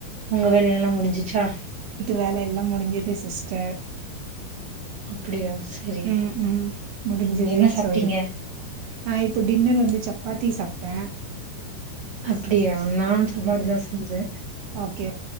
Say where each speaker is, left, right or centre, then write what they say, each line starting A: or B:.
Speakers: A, on the right; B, on the right.
A: உங்க வேலைய எல்லாம் முடிஞ்சிச்சா
B: வேலை எல்லா முடிஞ்சுது சிஸ்டர்
A: அப்படியா சரி
B: ம் ம் முடிஞ்சது
A: ம் என்ன சாப்ட்டீங்க
B: சரி ஆ இப்போ டின்னர் வந்து சப்பாத்தி சாப்பிட்டே
A: அப்டியா நானு சப்பாத்தி
B: ம்
A: தா செஞ்சே
B: ஓகே